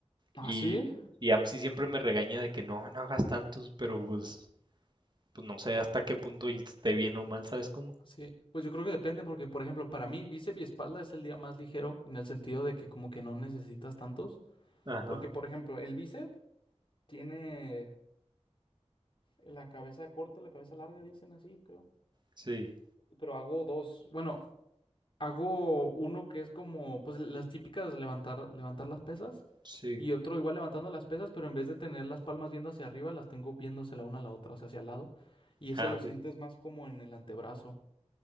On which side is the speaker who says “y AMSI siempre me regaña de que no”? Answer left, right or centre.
Right